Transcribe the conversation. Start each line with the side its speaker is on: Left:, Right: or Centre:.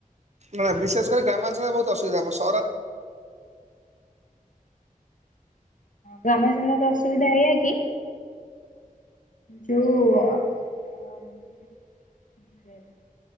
Right: ମାନେ ବିଶେଷ କରି ଗ୍ରାମାଞ୍ଚଳରେ ବହୁତ ଅସୁବିଧା ହବ ସହରା
Left: ଗ୍ରାମାଞ୍ଚଳର ଅସୁବିଧା ଏଇଆ କି ଯୋଉ ଆ ବୁଝିପାରିଲେ?